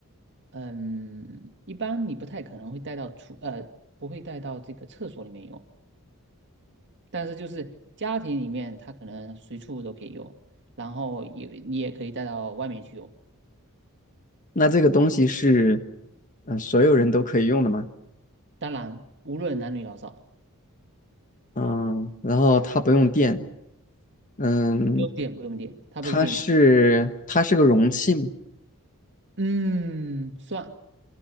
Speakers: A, on the right (about 55°); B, on the left (about 35°).
A: 嗯，一般你不太可能会带到厨呃，不会带到这个厕所里面用，但是就是家庭里面，它可能随处都可以用，然后也你也可以带到外面去用，
B: 那这个东西是嗯、呃所有人都可以用的吗？
A: 当然无论男女老少，
B: 嗯，然后它不用电。嗯，
A: 不用电不用电，它不是电器，
B: 它是它是个容器吗？
A: 嗯，算，